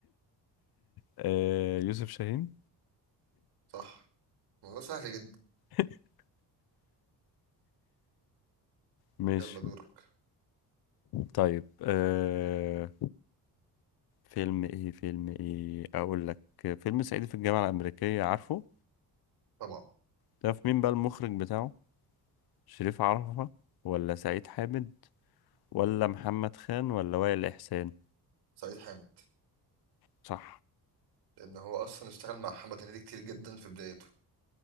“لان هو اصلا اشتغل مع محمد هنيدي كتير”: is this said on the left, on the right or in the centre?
Right